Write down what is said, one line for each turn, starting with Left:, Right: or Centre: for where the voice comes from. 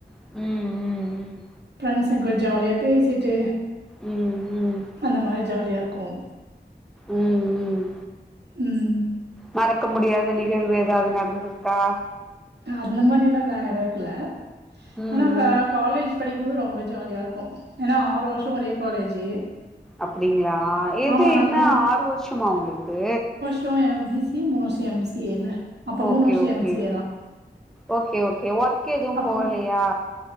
Centre: ம் ம் ம்
Right: ஃப்ரெண்ட்ஸ் கூட ஜாலியா பேசிட்டு
Centre: ம் ம்
Right: அந்த மாரி ஜாலியா இருக்கும்
Centre: ம் ம்
Right: உம்
Centre: மறக்க முடியாத நிகழ்வு எதாவது நடந்திருக்கா
Right: அந்த மாரி எல்லாம் நடக்கல
Centre: ம்
Right: ஆனா
Centre: ம்
Right: காலேஜ் படிக்கும்போது ரொம்ப ஜாலியா இருக்கும் ஏன்னா ஆறு வருஷோம் ஒரே காலேஜு
Centre: அப்டிங்ளா எது
Right: ஆமா நா
Centre: என்ன
Right: மூ
Centre: ஆறு வருஷமா உங்களுக்கு
Right: மூ பி சி மூணு வருஷம் எம் சி ஏ ல அப்ப
Centre: ஓகே
Right: மூணு வருஷோம்
Centre: ஓகே
Right: எம் சி ஏ லா
Centre: ஓகே ஓகே ஒர்க் எதும்
Right: அப்போ
Centre: போகலயா